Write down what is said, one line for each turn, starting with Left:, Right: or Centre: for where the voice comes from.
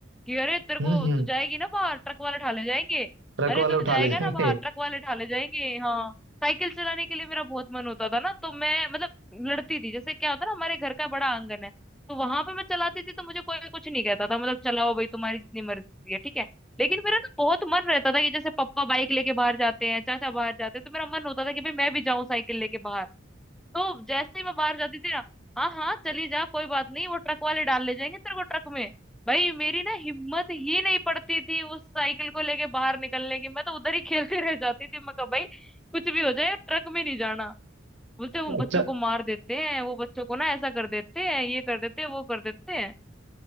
Centre: कि अरे तेरे
Right: हम्म
Centre: को
Right: हम्म
Centre: तू जाएगी ना बाहर ट्रक वाले ठाले जाएंगे
Right: ट्रक
Centre: अरे
Right: वाले
Centre: तू
Right: उठा
Centre: जाएगा
Right: ले जाएंगे
Centre: ना बाहर ट्रक वाले ठाले जाएंगे हाँ साइकिल चलाने के लिए मेरा बहुत मन होता था ना तो मैं मतलब लड़ती थी जैसे क्या होता ना हमारे घर का बड़ा आंगन है तो वहां पे मैं चलाती थी तो मुझे कोई कुछ नहीं कहता था मतलब चलाओ भाई तुम्हारी जितनी मर्जी है ठीक है लेकिन मेरा ना बहुत मन रहता था कि जैसे पापा बाइक लेके बाहर जाते हैं चाचा बाहर जाते हैं तो मेरा मन होता था कि भाई मैं भी जाऊं साइकिल लेके बाहर तो जैसे ही मैं बाहर जाती थी ना हाँ हाँ चली जा कोई बात नहीं वो ट्रक वाले डाल ले जाएंगे तेरे को ट्रक में भाई मेरी ना हिम्मत ही नहीं पड़ती थी उस साइकिल को लेके बाहर निकलने की मैं तो उधर ही खेलती <laughs> रह जाती थी मैं कहा भाई कुछ भी हो जाए ट्रक में नहीं जाना बोलते वो बच्चों
Right: अच्छा
Centre: को मार देते हैं वो बच्चों को ना ऐसा कर देते हैं ये कर देते हैं वो कर देते हैं